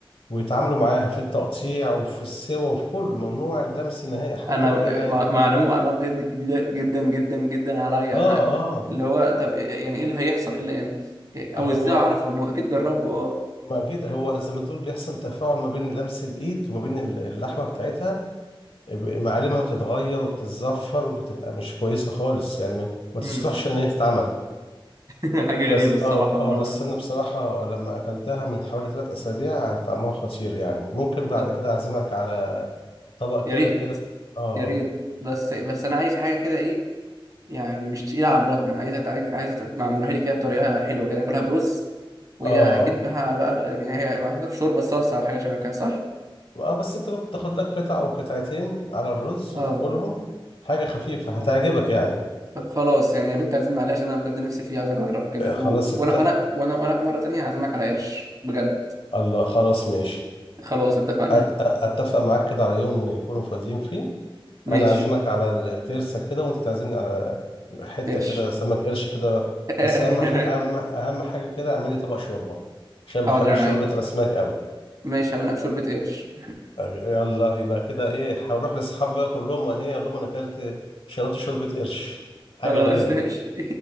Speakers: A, on the left; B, on the right.
A: ويتعاملوا معاها في التقطيع وفي السوا وفي كله ممنوع اللمس نهائي حتى
B: انا
A: وهي نية
B: مع- معلومه معلومه بجد جديده جدا جدا جدا عليا
A: اه
B: انا
A: اه
B: اللي هو طب إيه- يعني ايه اللي هيحصل الا يعني إيه-
A: هو
B: او ازاي اعرف هم اكيد جربوا اه
A: ما أكيد هو زي ما تقول بيحصل تفاعل ما بين لمس الإيد وما بين ال- اللحمة بتاعتها ب- معالمها بتتغير وبتتزفر وبتبقى مش كويسة خالص يعني ما, ما تصلحش
B: امم
A: إن هي تتعمل
B: <laughs> حاجه
A: بس
B: غريبه الصراحه
A: اه
B: المعلومه
A: اه بس
B: دي
A: أنا بصراحة لما أكلتها من حوالي ثلاث أسابيع طعمها خطير يعني ممكن بعد
B: طب
A: كده أعزمك على طبق
B: يا
A: كده
B: ريت
A: كده اه
B: يا ريت بس بس انا عايز حاجه كده ايه يعني مش تقيله على البطن انا عايزه عايز عايزه معمولها لي كده بطريقه حلوه كده اكلها برز وهي
A: اه
B: اكيد بها بقى يعني هي محطوطه في شوربه صلصه او حاجه شبه كده صح
A: اه بس أنت ممكن تاخد لك قطعة أو قطعتين على الرز
B: اه
A: وتاكلهم حاجة خفيفة هتعجبك يعني
B: طب خلاص يعني يا ريت تعزمنا عليه عشان انا بجد نفسي فيه عايز اجرب كده
A: آه،
B: و-
A: خلاص
B: و- وانا
A: الت...
B: وانا وانا وانا في مره تانية هعزمك على قرش بجد
A: الله خلاص ماشي
B: خلاص اتفقنا
A: أت- اتفق معاك كده على يوم نكونوا فاضيين فيه
B: ماشي
A: انا اعزمك على الترسه كده وانت تعزمني على حته
B: قرش
A: كده سمك قرش كده
B: <laughs>
A: بس اهم ح- اهم اهم حاجه كده اعمل لي طبق شوربه عشان بحب
B: حاضر عينيا
A: شوربه الاسماك قوي
B: ماشي هعمل لك شوربه قرش
A: يلا يبقى كده ايه هروح لاصحابي بقى كلهم ايه اقول لهم انا اكلت شربت شوربه قرش
B: <laughs>
A: حاجه
B: خلاص
A: غريبه
B: ماشي